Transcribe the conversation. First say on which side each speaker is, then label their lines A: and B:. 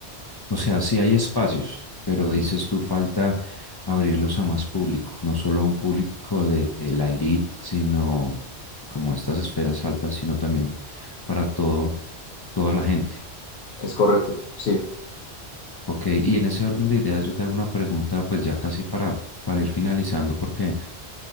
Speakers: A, on the left; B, on the left.
A: O sea, sí hay espacios, pero dices tú falta abrirlos a más público, no solo a un público de la elite, sino como estas esferas altas, sino también para todo, toda la gente.
B: Es correcto, sí.
A: Ok, y en ese orden de ideas yo te hago una pregunta, pues ya casi para, para ir finalizando, porque